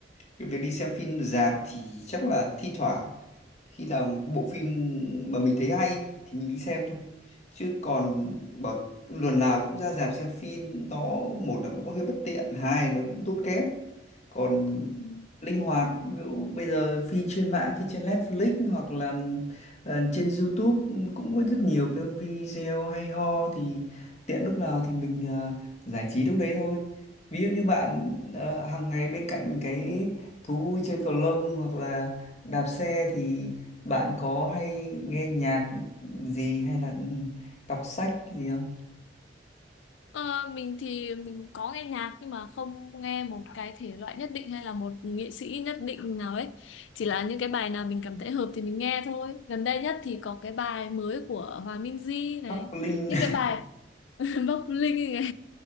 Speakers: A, on the left (about 40°); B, on the left (about 75°).
A: cái việc đi xem phim rạp thì chắc là thi thoảng khi nào bộ phim mà mình thấy hay thì mình đi xem thôi chứ còn bảo lần nào cũng ra rạp xem phim nó một là nó cũng hơi bất tiện hai là nó cũng tốn kém còn
B: Ừ.
A: linh hoạt ví dụ bây giờ phim trên mạng phim trên Netflix hoặc là ờ, trên YouTube cũng có rất nhiều cái video hay ho thì tiện lúc nào thì mình ờ, giải trí lúc đấy thôi ví dụ như bạn ờ, hàng ngày bên cạnh cái thú vui chơi cầu lông hoặc là đạp xe thì bạn có hay nghe nhạc gì hay là ừ, đọc sách gì không
B: Ờ, mình thì mình có nghe nhạc nhưng mà không nghe một cái thể loại nhất định hay là một nghệ sĩ nhất định nào ấy chỉ là những cái bài nào mình cảm thấy hợp thì mình nghe thôi gần đây nhất thì có cái bài mới của Hòa Minzy này
A: Bắc Linh
B: những cái bài <laughs> Bắc Linh này